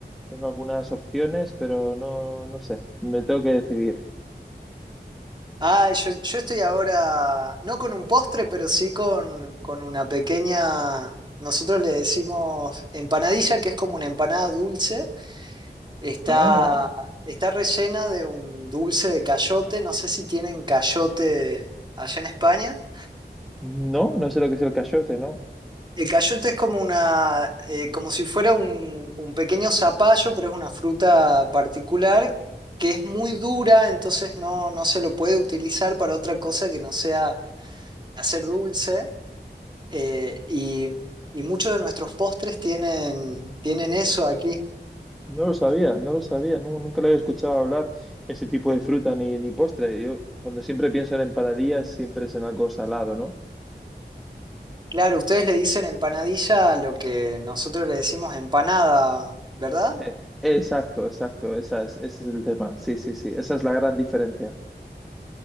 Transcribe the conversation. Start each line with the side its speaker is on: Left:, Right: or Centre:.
Centre: Tengo algunas opciones, pero no, no sé, me tengo que decidir.
Right: Ah, yo, yo estoy ahora, no con un postre, pero sí con, con una pequeña, nosotros le decimos empanadilla, que es como una empanada dulce. Está,
Centre: Ah,
Right: está rellena de un dulce de cayote, no sé si tienen cayote allá en España.
Centre: no, no sé lo que es el cachote, ¿no?
Right: El cayote es como una, eh, como si fuera un, un pequeño zapallo, pero es una fruta particular que es muy dura, entonces no, no se lo puede utilizar para otra cosa que no sea hacer dulce. eh, y, y muchos de nuestros postres tienen, tienen eso aquí.
Centre: No lo sabía, no lo sabía, nu- nunca le había escuchado hablar ese tipo de fruta ni, ni postre. Yo cuando siempre pienso en empanadillas, siempre es en algo salado, ¿no?
Right: Claro, ustedes le dicen empanadilla a lo que nosotros le decimos empanada, ¿verdad?
Centre: Eh, exacto, exacto, esa es- ese es el tema. Sí, sí, sí, esa es la gran diferencia.